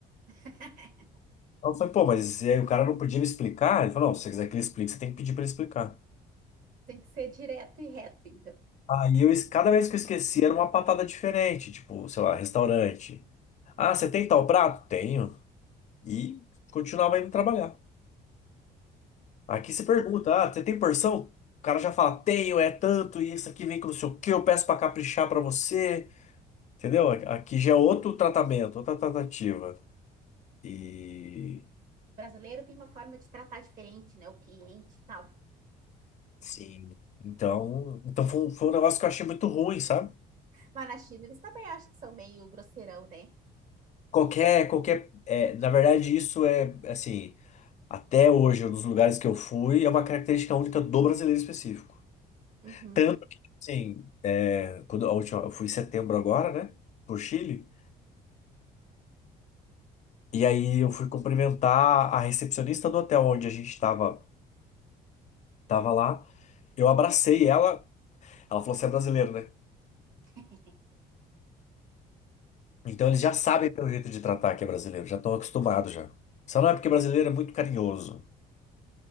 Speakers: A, on the right; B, on the left.
A: <laughs>
B: Aí eu falei, pô, mas e aí o cara não podia me explicar? Ele falou, não, se você quiser que ele explique, você tem que pedir pra ele explicar.
A: Tem que ser direto e reto, então.
B: Aí eu, es- cada vez que eu esquecia, era uma patada diferente, tipo, sei lá, restaurante. Ah, você tem tal prato? Tenho. E continuava indo trabalhar. Aqui você pergunta, ah, você tem porção? O cara já fala, tenho, é tanto, e isso aqui vem com não sei o quê, eu peço pra caprichar pra você. Entendeu? Aqui já é outro tratamento, outra tratativa. E
A: O brasileiro tem uma forma de tratar diferente, né? O cliente e tal.
B: Sim. então, então foi, um- foi um negócio que eu achei muito ruim, sabe?
A: Mas na China eles também acham que são meio grosseirão, né?
B: Qualquer, qualquer, é, na verdade, isso é assim, até hoje, um dos lugares que eu fui, é uma característica única do brasileiro específico.
A: Uhum.
B: Tanto que, assim, é, quando a última, eu fui em setembro agora, né? Por Chile. E aí eu fui cumprimentar a recepcionista do hotel onde a gente tava, tava lá. Eu abracei ela. Ela falou, você é brasileiro, né?
A: <laughs>
B: Então eles já sabem pelo jeito de tratar que é brasileiro, já estão acostumados já. Só não é porque brasileiro é muito carinhoso.